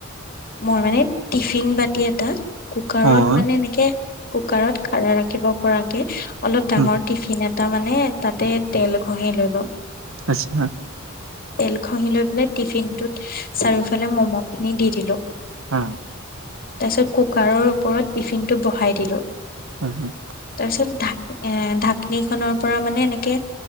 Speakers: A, on the left; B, on the right.
A: মোৰ মানে টিফিন বাতি এটা কুকাৰত
B: অ',
A: মানে এনেকে কুকাৰত খাৰা ৰাখিব পৰাকে অলপ ডাঙৰ
B: উম,
A: টিফিন এটা মানে তাতে তেল ঘঁহি ললো।
B: আচ্ছা।
A: তেল ঘঁহি লৈ পেলাই টিফিন ত চাৰিওফালে মম' খিনি দি দিলো।
B: হা।
A: তাৰ পিছত কুকাৰৰ ওপৰত টিফিনটো বহাই দিলো।
B: হম হম।
A: তাৰিছত ঢাক এ ঢাকনি খনৰ পৰা মানে এনেকে